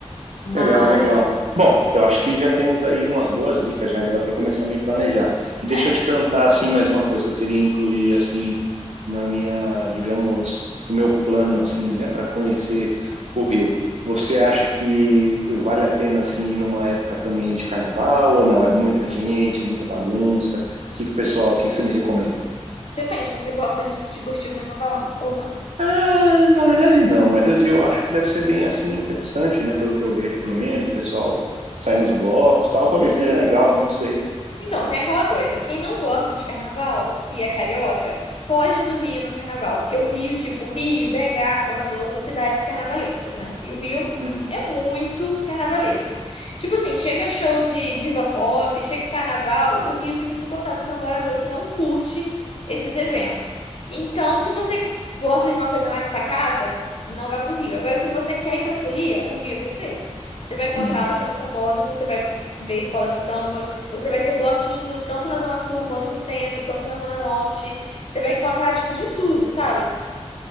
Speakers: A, on the left; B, on the right.
A: Mas.
B: Legal, legal. Bom, eu acho que já temos aí umas boas dicas, já ainda dá para começar a me planejar. E deixa
A: É,
B: eu te perguntar assim mais uma coisa que eu queria incluir assim na minha, digamos, no meu plano assim, né, para conhecer o Rio. Você acha que vale a pena assim ir numa época também de carnaval ou não? É muita gente, é muita bagunça. O que que o pessoal, o que que você me recomenda?
A: Depende, você gosta de, de curtir o carnaval ou não?
B: Ah, na verdade não, mas eu, eu acho que deve ser bem assim interessante, né? Pelo que eu vejo, pelo menos, o pessoal sai nos blocos, tal, talvez seja legal, não sei.
A: Então, tem aquela coisa, quem não gosta de carnaval e é carioca, foge do Rio no carnaval, porque o Rio, tipo, Rio, BH, Salvador, são cidades carnavalescas, né? E o Rio
B: Uhum,
A: é muito carnavalesco. Tipo assim, chega show de diva pop, chega carnaval, o Rio fica insuportável para morador que não curte esses eventos. Então, se você gosta de uma coisa mais pacata, não vá pro Rio. Agora, se você quer ir pra folia, o Rio é perfeito. Você vai encontrar
B: uhum.
A: lá, tem um sambódromo, você vai ver escola de samba, você vai ter bloquinhos, tanto na Zona Sul, quanto no centro, quanto na Zona Norte. Você vai encontrar, tipo, de tudo, sabe?